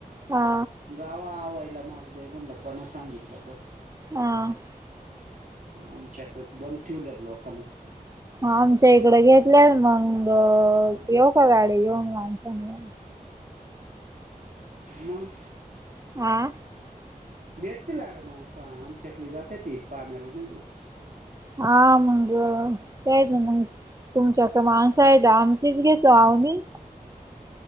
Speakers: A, on the right; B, on the right.
A: हा.
B: जाव आवायला मरुदे म्हणलं कोण सांगितलं तर.
A: आ.
B: आमच्याकड बंद ठेवल्यात लोकांनी.
A: आमच्या इकड घेतल्यात मंग अ येऊ का गाडी घेऊन माणसांना?
B: मग.
A: आ.
B: भेटतील अरे माणसा, आमच्याकडे जाते ती, पाण्याला नाही भेत
A: हा मंग, कायेच मंग. तुमच्या कड माणसं आहे का? आमचीच घेतो आवनी.